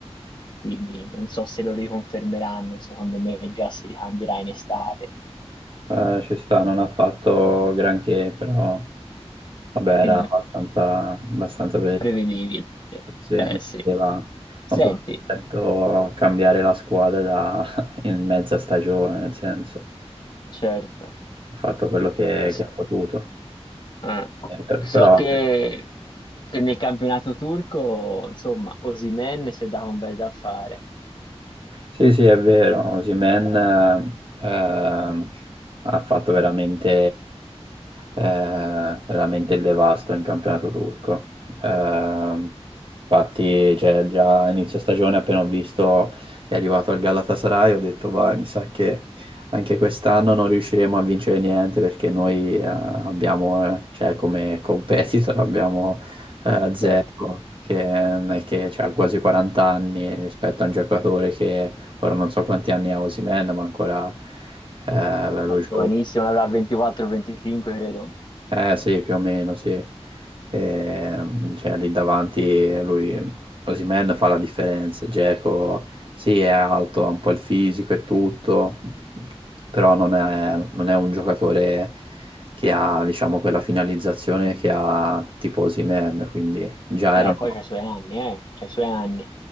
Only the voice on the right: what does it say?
eh, ci sta, non ha fatto granché, però vabbè, era
abbastanza, abbastanza
Sì,
non
poteva,
non poteva certo cambiare la squadra da- <laughs> in mezza stagione, nel senso,
ha fatto quello che,
che ha potuto.
Eh, per-
Però
Sì, sì, è vero, Osimhen eh, ehm, ha fatto veramente, eh, veramente il devasto in campionato turco. Ehm, infatti, cioè, già a inizio stagione, appena ho visto che è arrivato al Galatasaray, ho detto, vai, mi sa che anche quest'anno non riusciremo a vincere niente perché noi eh, abbiamo, eh, cioè, come competitor abbiamo eh, zero,
che non è che cioè, ha quasi 40 anni rispetto a un giocatore che Ora non so quanti anni ha Osimhen, ma ancora eh, Mm. bello
giovane.
Eh sì, più o meno, sì. Ehm, cioè lì davanti lui, Osimhen fa la differenza. Dzeko, sì, è alto, ha un po' il fisico e tutto, però non è, non è un giocatore che ha, diciamo, quella finalizzazione che ha tipo Osimhen, quindi già
erano